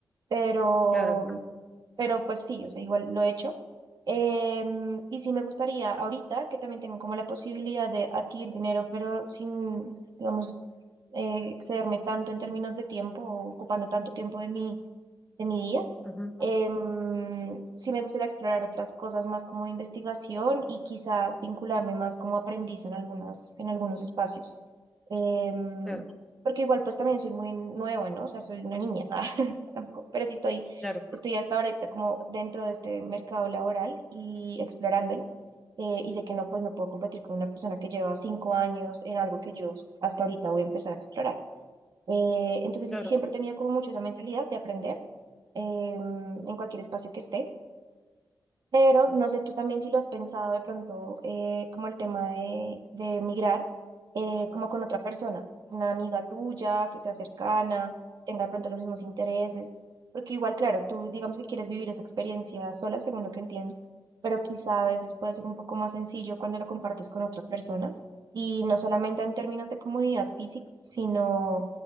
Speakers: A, on the right; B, in the centre.
A: pero,
B: Claro,
A: pero pues sí, o sea, igual lo he hecho. Em, y sí me gustaría ahorita que también tengo como la posibilidad de adquirir dinero, pero sin, digamos, eh, excederme tanto en términos de tiempo, o ocupando tanto tiempo de mi, de mi día.
B: ujú,
A: Em, sí me gustaría explorar otras cosas más como de investigación y quizá vincularme más como aprendiz en algunas, en algunos espacios. Em,
B: claro,
A: porque igual pues también soy muy nueva, ¿no? O sea, soy una niña, <laughs> tampoco, pero sí estoy,
B: claro,
A: estoy hasta ahorita como dentro de este mercado laboral y explorándolo. Eh, y sé que no, pues no puedo competir con una persona que lleva cinco años en algo que yo hasta ahorita voy a empezar a explorar. Eh, entonces
B: claro.
A: sí, siempre he tenido como mucho esa mentalidad de aprender em, en cualquier espacio que esté. Pero no sé tú también si lo has pensado de pronto, eh, como el tema de, de migrar, eh, como con otra persona, una amiga tuya que sea cercana, tenga de pronto los mismos intereses, porque igual, claro, tú digamos que quieres vivir esa experiencia sola, según lo que entiendo, pero quizá a veces puede ser un poco más sencillo cuando lo compartes con otra persona, y no solamente en términos de comodidad física, sino